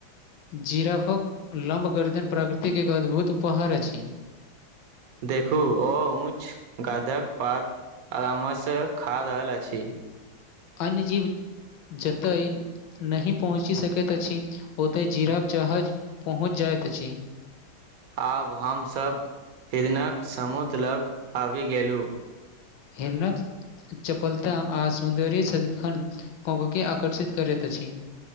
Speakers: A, on the left (about 70°); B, on the right (about 70°).
A: जीरफक लम्ब गर्दन प्रकृतिक एक अद्भुत उपहार अछि
B: देखू ओ उच गाधक पात आराम से खा रहल अछि
A: अन्य जीव जतय नहि पहुँच सकैत अछि ओतय जीराब जहाज पहुँच जाय छी
B: आब हमसभ हृदनक समूत लग आबि गेलहुँ
A: हेरनोक् चपलता आ सौन्दर्य सदखन क के आकर्षित करैत अछि